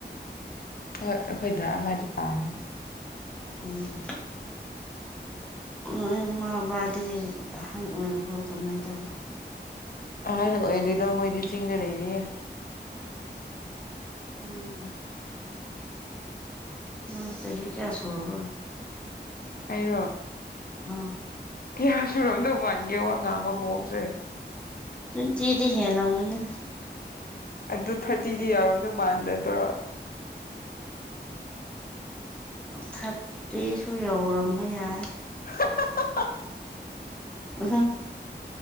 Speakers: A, on the left; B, in the centre.
A: ꯍꯣꯏ ꯑꯩꯈꯣꯏ ꯗꯥ ꯑꯃꯗꯤ ꯄꯥꯜꯂꯦ
B: ꯎꯝ ꯑꯣ ꯏꯃꯥ ꯕꯥꯗꯤ ꯑꯍꯜ ꯑꯣꯏꯔꯕꯣ ꯀꯃꯥꯏꯅ ꯇꯧꯕ
A: ꯑꯍꯟ ꯑꯣꯏꯗꯔꯤꯗ ꯃꯣꯏꯗꯤ ꯆꯤꯡꯗ ꯂꯩꯔꯤꯌꯦ
B: ꯑꯣꯑꯣ ꯎꯝ ꯆꯍꯤ ꯀꯌꯥ ꯁꯨꯔꯕꯣ
A: ꯑꯩꯔꯣ
B: ꯑꯥ
A: ꯀꯌꯥ ꯁꯨꯔꯝꯗꯧ ꯃꯥꯟꯒꯦ ꯋꯥ ꯉꯥꯡꯕ ꯃꯑꯣꯡꯁꯦ
B: ꯇ꯭ꯋꯦꯟꯇꯤꯗꯤ ꯍꯦꯜꯂꯝꯒꯅꯤ
A: ꯑꯗꯨ ꯊꯥꯔꯇꯤꯗꯤ ꯌꯥꯎꯔꯝꯗꯧ ꯃꯥꯟꯗꯕ꯭ꯔꯣ
B: ꯊꯥꯔꯇꯤꯁꯨ ꯌꯧꯔꯝꯕ ꯌꯥꯏ
A: <unintelligible>
B: <unintelligible>